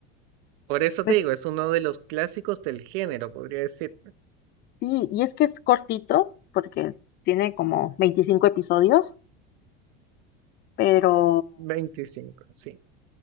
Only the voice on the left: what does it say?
Pues
sí, y es que es cortito porque tiene como 25 episodios, pero,